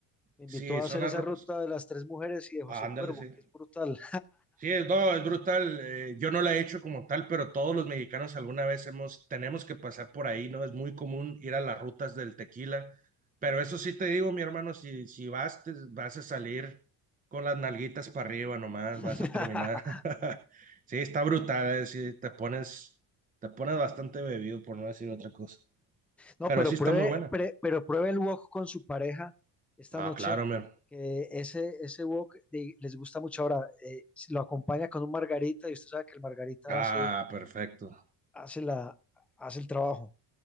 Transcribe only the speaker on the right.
Sí,
son
arroz.
Ah, Ándale,
sí.
Sí, no, es brutal. eh, yo no la he hecho como tal, pero todos los mexicanos alguna vez hemos, tenemos que pasar por ahí, ¿no? Es muy común ir a las rutas del tequila. Pero eso sí te digo, mi hermano, si, si vas, te- vas a salir con las nalguitas para arriba nomás,
vas a terminar. <laughs> Sí, está brutal, eh, sí, te pones, te pones bastante bebido, por no decir otra cosa.
Pero
sí está
muy buena.
Ah,
claro, mi hermano.
Ah,
perfecto.